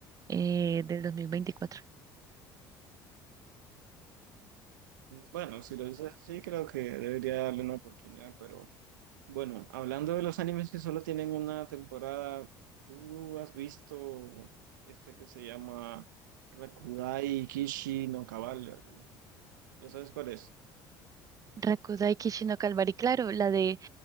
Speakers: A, on the right; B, on the right.
A: eh, del 2024.
B: Bueno, si lo dices así, creo que debería darle una oportunidad, pero bueno, hablando de los animes que solo tienen una temporada, ¿tú has visto este que se llama Rakudai Kishi no Cavalry? ¿Ya sabes cuál es?
A: Rakudai Kishino Calvary, claro, la de,